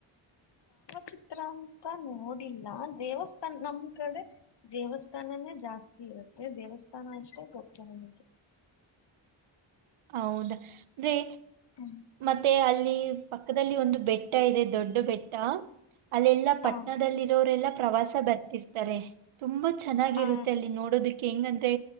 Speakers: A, on the left (about 55°); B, on the right (about 80°).
A: ಚಿತ್ರ ಅಂತ ನೋಡಿಲ್ಲ ದೇವಸ್ಥಾನ ನಮ್ ಕಡೆ ದೇವಸ್ಥಾನನೇ ಜಾಸ್ತಿ ಇರುತ್ತೆ ದೇವಸ್ಥಾನ ಅಷ್ಟೇ ಗೊತ್ತು ನನಗೆ
B: ಹೌದಾ ಅಂದ್ರೆ
A: ಹ
B: ಮತ್ತೆ ಅಲ್ಲಿ ಪಕ್ಕದಲ್ಲಿ ಒಂದು ಬೆಟ್ಟ ಇದೆ ದೊಡ್ಡ ಬೆಟ್ಟ ಅಲ್ಲೆಲ್ಲಾ
A: ಹಾ
B: ಪಟ್ಟಣದಲ್ಲಿರೋರೆಲ್ಲ ಪ್ರವಾಸ ಬರ್ತಿರ್ತಾರೆ ತುಂಬಾ ಚೆನ್ನಾಗಿರುತ್ತೆ
A: ಹಾ
B: ಅಲ್ಲಿ ನೋಡೋದಕ್ಕೆ ಹೆಂಗಂದ್ರೆ